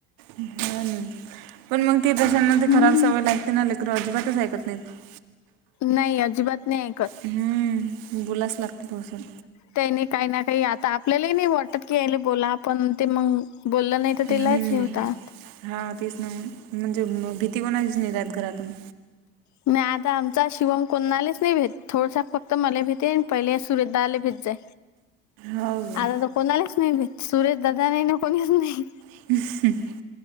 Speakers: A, on the right (about 65°); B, on the left (about 50°).
A: हा पण मग ती तशांना ते
B: हम्म.
A: खराब सवय लागते ना लेकर अजिबातच ऐकत नाहीत <unintelligible>
B: नाही अजिबात नाही. ऐकत.
A: हम्म बोलाच लागतो बोचून
B: त्यानी काही ना काही आता आपल्यालाही नाही वाटत की या बोला आपण ते मग बोललं नाही तर
A: हम्म.
B: तिलाच हे होतात.
A: हा तेच ना मग म्हणजे भीती कोणाचीच नाही रहात घरातून.
B: नाही आता आमचा शिवम कोणालाच नाही भेेत. थोडंसं फक्त मला भिते आणि पहिले सुरेशदादाला भित जाय.
A: हो गे
B: आता तर कोणालाच नाही भेट सुरेश दादा नाही ना कोणीच नाही.
A: <inaudible>